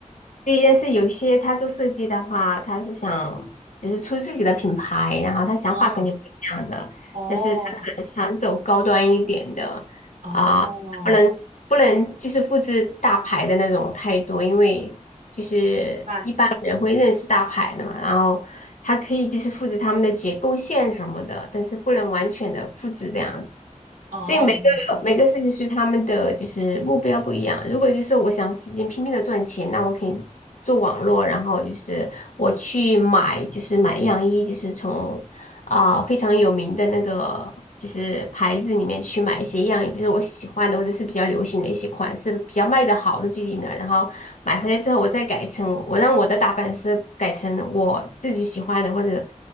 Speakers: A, on the left; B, on the right.
A: 对，但是有些他做设计的话，他是想就是出自己的品牌，然后他想法肯定不一样的，
B: 哦，哦，
A: 但是他可能想走高端一点的啊，
B: 哦，
A: 不能不能就是复制大牌的那种太多，因为就是一般人会认识大牌的嘛，
B: 明白，
A: 然后它可以就是复制他们的结构线什么的，但是不能完全的复制这样子。
B: 哦，
A: 所以每个每个设计师他们的就是目标不一样。如果就是我想使劲拼命的赚钱，那我可以做网络，然后就是我去买就是买样衣，就是从啊、非常有名的那个就是牌子里面去买一些样，也就是我喜欢的或者是比较流行的一些款式，比较卖得好的最近的，然后买回来之后我再改成我让我的打版师改成我自己喜欢的，或者